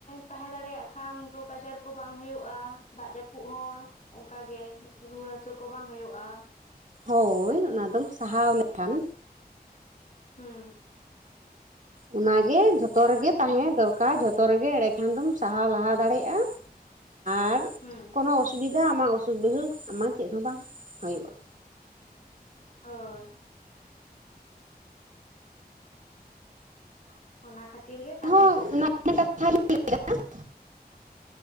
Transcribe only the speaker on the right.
ᱦᱳᱭ ᱚᱱᱟ ᱫᱚᱢ ᱥᱟᱦᱟᱣ ᱞᱮᱠᱷᱟᱱ᱾
ᱚᱱᱟ ᱜᱮ ᱡᱷᱚᱛᱚ
ᱨᱮᱜᱮ
ᱛᱟᱦᱮᱸ ᱫᱚᱨᱠᱟᱨ ᱡᱷᱚᱛᱚ ᱨᱮᱜᱮ ᱮᱸᱰᱮ ᱠᱷᱟᱱ ᱫᱚᱢ ᱥᱟᱦᱟᱣ ᱞᱟᱦᱟ ᱫᱟᱲᱮᱜ-ᱟ᱾ ᱟᱨ
ᱠᱳᱱᱳ ᱚᱥᱩᱵᱤᱫᱷᱟ ᱟᱢᱟᱜ ᱚᱥᱩᱠ ᱵᱤᱦᱩ ᱟᱢᱟᱜ ᱪᱮᱫ ᱦᱚᱸ ᱵᱟᱝ ᱦᱳᱭᱳᱜ-ᱟ᱾
ᱟᱨᱦᱚᱸ
<unintelligible>